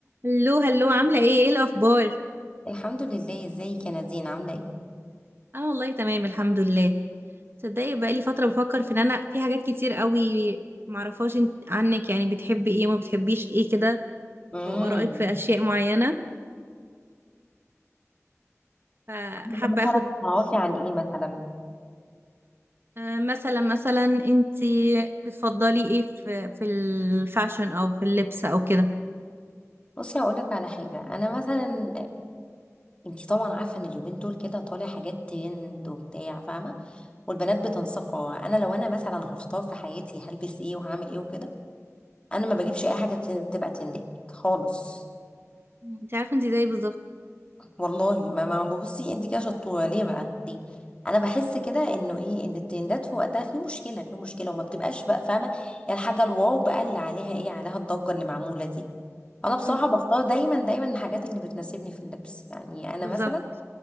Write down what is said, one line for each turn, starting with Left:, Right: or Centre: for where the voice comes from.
Right: هلو هلو عاملة ايه ايه الأخبار؟
Left: الحمد لله ازيك يا نادين عامله ايه
Right: أنا والله تمام الحمد لله تصدقي بقالي فترة بفكر في إن أنا في حاجات كتير قوي معرفهاش انت- عنك يعني بتحبي ايه وما بتحبيش ايه كده
Left: امم
Right: أو آرائك في أشياء معينة فحابة
Left: مثلا
Right: أخد
Left: تعرفي عن ايه مثلا
Right: آه، مثلا مثلا انت بتفضلي ايه في في الفاشن أو في اللبس أو كده
Left: بصي هقول لك على حاجه انا مثلا انت طبعا عارفه ان اليومين دول كده طالع حاجات ترند وبتاع فاهمه والبنات بتنسقها انا لو انا مثلا هختار في حياتي هلبس ايه وهعمل ايه وكده انا ما بجيبش اي حاجه ت- تبقى ترندات خالص
Right: انت عارفة انت زيي بالظبط
Left: والله ما ما ببصي انت كده شطوره ليه بقى ليه انا بحس كده انه ايه ان الترندات في وقتها في مشكله في مشكله وما بتبقاش بقى فاهمه يعني الحاجه الواو بقى اللي عليها ايه عليها الضجه اللي معموله دي انا
Right: مم،
Left: بصراحه بختار دايما دايما الحاجات اللي بتناسبني في اللبس يعني انا
Right: بالظبط
Left: مثلا